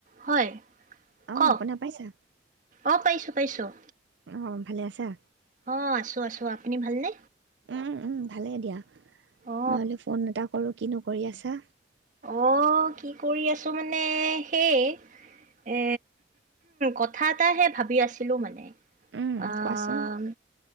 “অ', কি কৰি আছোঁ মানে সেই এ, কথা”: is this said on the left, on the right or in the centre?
Right